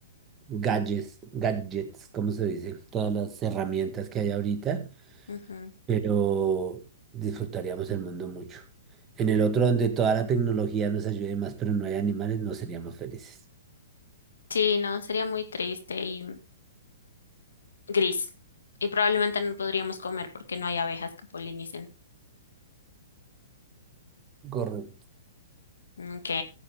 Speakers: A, on the right; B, on the left.
A: gadgets, gadgets, ¿cómo se dice? Todas las herramientas que hay ahorita,
B: Ujú.
A: pero disfrutaríamos el mundo mucho. En el otro, donde toda la tecnología nos ayude más, pero no hay animales, no seríamos felices.
B: Sí, no, sería muy triste y gris. Y probablemente no podríamos comer porque no hay abejas que polinicen.
A: Correcto.
B: Ok,